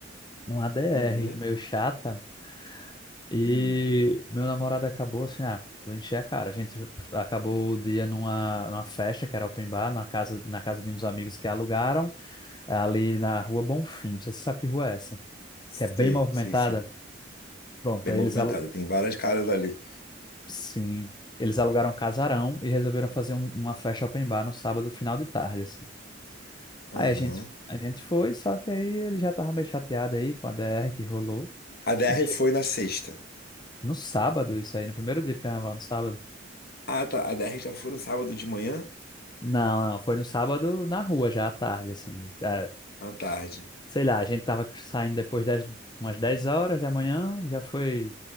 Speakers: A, on the left (about 25°); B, on the left (about 55°).
A: Um ADR
B: Uhum.
A: meio chata. E
B: Hum.
A: meu namorado acabou assim, ah, vou encher a cara. A gente acabou o dia numa, numa festa que era open bar na casa, na casa de uns amigos que alugaram. É ali na Rua Bonfim. Não sei se você sabe que rua é essa,
B: Sei,
A: que é bem movimentada.
B: sei sim.
A: Pronto,
B: Bem
A: aí
B: movimentada,
A: eles alu...
B: tem várias caras ali.
A: Sim, eles alugaram um casarão e resolveram fazer um- uma festa open bar no sábado, final de tarde, assim.
B: Aham.
A: Aí a gente, a gente foi, só que aí ele já tava meio chateado aí com a DR que rolou.
B: A DR
A: Enche-
B: foi na sexta.
A: No sábado, isso aí, no primeiro dia de carnaval, no sábado.
B: Ah, tá, a DR já foi no sábado de manhã?
A: Não, não, foi no sábado na rua já à tarde, assim. É,
B: À tarde.
A: sei lá, a gente tava saindo depois das umas 10 horas da manhã, já foi